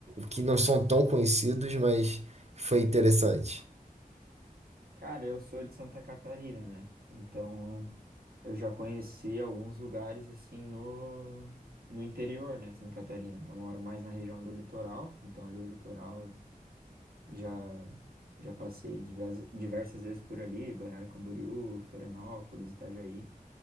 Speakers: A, on the right; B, on the right.
A: que não são tão conhecidos, mas foi interessante?
B: Cara, eu sou de Santa Catarina, né? Então, Eu já conheci alguns lugares assim no, no interior, né, de Santa Catarina. Eu moro mais na região do litoral, então ali o litoral eu já já passei diversas, diversas vezes por ali, Balneário Camboriú, Florianópolis, Itajaí.